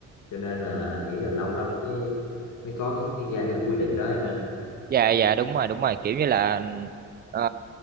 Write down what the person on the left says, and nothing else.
cho nên là anh nghĩ là lâu lắm mới mới có cái, cái ra cái quy định đó mà